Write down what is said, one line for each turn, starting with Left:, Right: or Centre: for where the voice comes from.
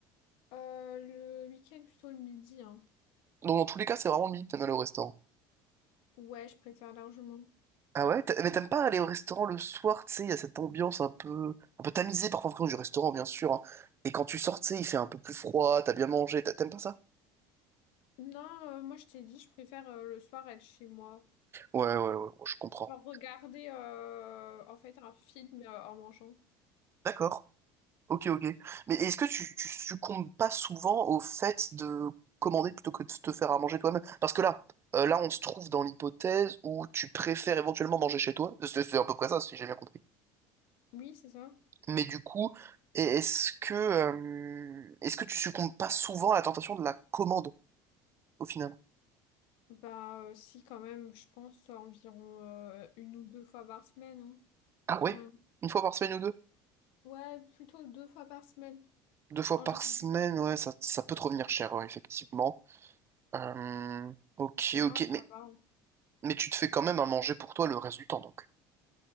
Left: Euh, le week-end, plutôt le midi, hein.
Right: Donc, dans tous les cas, c'est vraiment le midi que t'aimes aller au restaurant.
Left: Ouais, je préfère largement.
Right: Ah ouais? T'a- Mais t'aimes pas aller au restaurant le soir, tu sais, il y a cette ambiance un peu, un peu tamisée parfois en France du restaurant, bien sûr. hein. Et quand tu sors, tu sais, il fait un peu plus froid, t'as bien mangé, t'a- t'aimes pas ça?
Left: Non, euh, moi je t'ai dit, je préfère euh, le soir être chez moi.
Right: Ouais, ouais, ouais, je comprends.
Left: Genre regarder euh, en fait un film euh, en mangeant.
Right: D'accord. Ok, ok. Mais est-ce que tu, tu succombes pas souvent au fait de commander plutôt que de te faire à manger toi-même? Parce que là, euh, là, on se trouve dans l'hypothèse où tu préfères éventuellement manger chez toi. C'est c'est à peu près ça, si j'ai bien compris.
Left: Oui, c'est ça.
Right: Mais du coup, e- est-ce que, euh, est-ce que tu succombes pas souvent à la tentation de la commande au final?
Left: Bah, euh, si, quand même, je pense euh, environ euh, une ou deux fois par semaine, hein,
Right: Ah
Left: quand
Right: ouais?
Left: même.
Right: Une fois par semaine ou deux?
Left: Ouais, plutôt deux fois par semaine,
Right: Deux fois
Left: en
Right: par
Left: général.
Right: semaine, ouais, ça, ça peut te revenir cher, ouais, effectivement. Euh, ok,
Left: Non,
Right: ok,
Left: ça
Right: mais,
Left: va.
Right: mais tu te fais quand même à manger pour toi le reste du temps, donc.